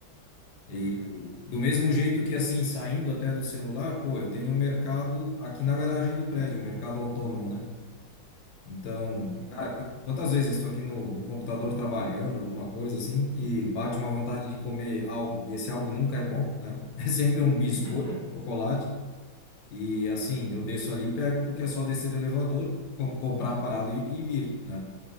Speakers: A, on the left; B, on the right.
A: E
B: uhum,
A: e do mesmo jeito que, assim, saindo até do celular, pô, eu tenho um mercado aqui na garagem do prédio, um mercado autônomo, né? Então,
B: uhum.
A: cara, qu- quantas vezes eu estou aqui no, no computador trabalhando, alguma coisa assim, e bate uma vontade de comer algo, e esse algo nunca é bom, né? <laughs> É sempre um biscoito,
B: <laughs>
A: chocolate, e assim, eu desço ali e pego, porque é só descer do elevador, com- comprar a parada e, e vir, né?